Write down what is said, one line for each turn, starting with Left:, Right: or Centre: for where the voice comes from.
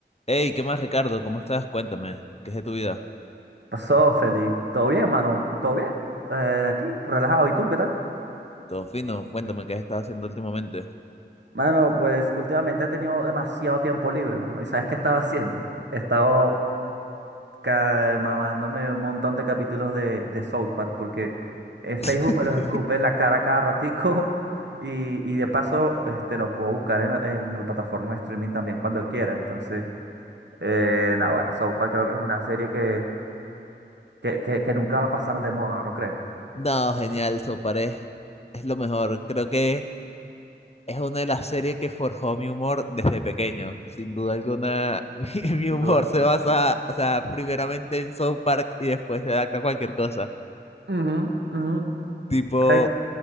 Left: Hey, ¿qué más, Ricardo? ¿Cómo estás? Cuéntame, ¿qué es de tu vida?
Right: Pasó, Feli. ¿Todo bien, mano? ¿Todo bien? Eh, aquí, relajado. ¿Y tú, qué tal?
Left: Todo fino, cuéntame, ¿qué has estado haciendo últimamente?
Right: Mano, pues últimamente he tenido demasiado tiempo libre, mano. ¿Y sabes qué estaba <laughs> haciendo? He estado ca- mamándome un montón de capítulos de, de South Park porque en
Left: <laughs>
Right: Facebook me los escupe en la cara cada ratico <laughs> y, y de paso este, lo puedo buscar en, en la plataforma de streaming también cuando quiera. Entonces, eh, nada, ahora South Park creo que es una serie que, que, que, que nunca va a pasar de moda, ¿no crees?
Left: No, genial, Soparé. Es lo mejor. Creo que es una de las series que forjó mi humor desde pequeño. Sin duda alguna, <laughs> mi, mi
Right: Sin
Left: humor
Right: Duda.
Left: se basa, o sea, primeramente en South Park y después se adapta a cualquier cosa.
Right: Ujú, ujú.
Left: Tipo,
Right: ¿Sabes?